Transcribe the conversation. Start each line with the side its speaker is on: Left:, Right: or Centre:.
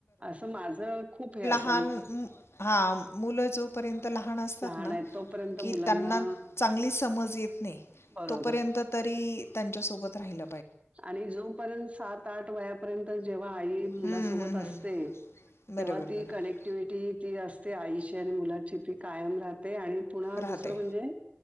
Right: असं माझ खूप हे अस
Left: हां हा मुलं जोपर्यंत लहान न असतात
Right: लहान आहेत तोपर्यंत
Left: की
Right: मुलांना
Left: त्यांना चांगली समज येत नाई.
Right: बरोबर
Left: तोपर्यंत तरी त्यांच्यासोबत राहिल.
Right: आणि जोपर्यंत सात आठ वयापर्यंत जेव्हा आई मुलासोबत
Left: हम्म हम्म
Right: असते
Left: हम्म बरोबर
Right: तेव्हा ती
Left: बरोबर
Right: कनेक्टिव्हटी ती अस ते आईची आणि मुलाची ती कायम राहते आणि पुन्हा
Left: राहते
Right: दुसर म्हणजे